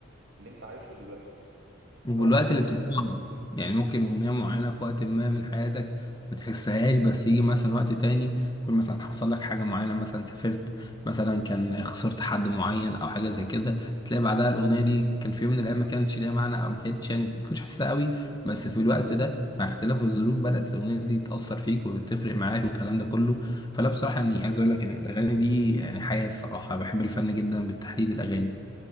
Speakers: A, on the right; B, on the left.
A: اللي انت عايشه دلوقتي
B: والوقت
A: او ممكن
B: اللي بتسمعه يعني ممكن أغنية معينة في وقت ما من حياتك ما تحسهاش بس يجي مثلا وقت تاني يكون مثلا حصل لك حاجة معينة مثلا سافرت مثلا كان خسرت حد معين أو حاجة زي كده تلاقي بعدها الأغنية دي كان في يوم من الأيام ما كانتش ليها معنى أو ما كانتش يعني ما كنتش حاسسها قوي بس في الوقت ده مع اختلاف الظروف بدأت الأغنية دي تأثر فيك وبتفرق معاك والكلام ده كله فلا بصراحة يعني عايز أقول لك إن الأغاني دي يعني حياة الصراحة بحب الفن جدا بالتحديد الأغاني